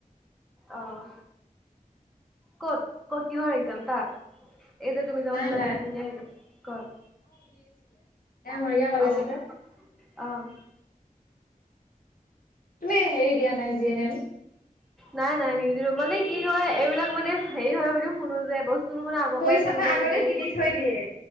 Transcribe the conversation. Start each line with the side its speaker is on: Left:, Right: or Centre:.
Centre: অ', কত কত কিহৰ এক্সাম তাত? এই যে তুমি যে
Left: নাই
Centre: কৈছিলা
Left: নাই
Centre: <unintelligible> নে সেইটো কৰ
Left: এ মৰিগাঁও কলেজতে।
Centre: অ', অ',
Left: তুমি হেৰি দিয়া নাই জি এন এম?
Centre: নাই নাই, নিদো মানে কি হয় এইবিলাক মানে হেৰি হয় বুলি শুনো যে বস্তু তোৰ মানে আগৰ
Left: পইচা
Centre: পৰাই কোনোবাই
Left: মানে আগতে
Centre: নেকি
Left: কিনি থৈ দিয়ে